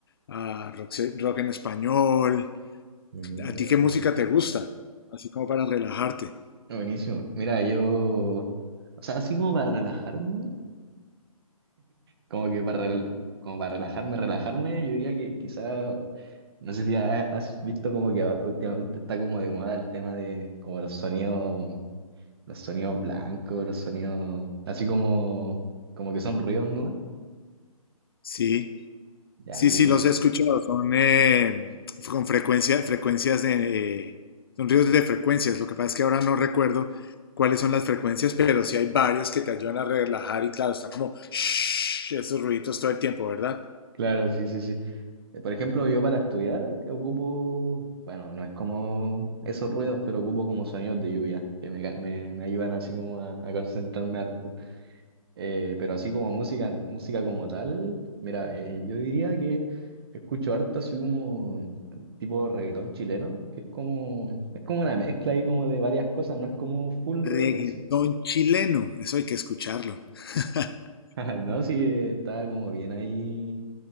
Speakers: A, on the left; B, on the right.
A: ah, rock, se- rock en español.
B: Mira,
A: ¿A ti qué música te gusta? Así como para relajarte.
B: buenísimo. Mira, yo, o sea, así como para relajarme, como que para, rel- como para relajarme, relajarme, yo diría que quizá No sé si ha- has visto como que últimamente está como de moda el tema de como los sonidos, los sonidos blancos, los sonidos así como, como que son ruidos, ¿no?
A: Sí.
B: Ya,
A: Sí,
B: entonces,
A: sí, los he escuchado. Son eh, con frecuencia, frecuencias de, eh, son ríos de frecuencias. Lo que pasa es que ahora no recuerdo cuáles son las frecuencias, pero sí hay varias que te ayudan a relajar y claro, están como shhh, esos ruiditos todo el tiempo, ¿verdad?
B: claro, sí, sí, sí. Eh, Por ejemplo, yo para estudiar ocupo, bueno, no es como esos ruidos, pero ocupo como sonidos de lluvia, que me, ca- me, me ayudan así como a, a concentrarme harto. Eh, pero así como música, música como tal, mira, eh, yo diría que escucho harto así como tipo reggaetón chileno, que es como, es como una mezcla ahí como de varias cosas, no es como full
A: Reggaetón
B: reggaetón, sí.
A: chileno, eso hay que escucharlo. <laughs>
B: <laughs> No, sí, eh, está como bien ahí,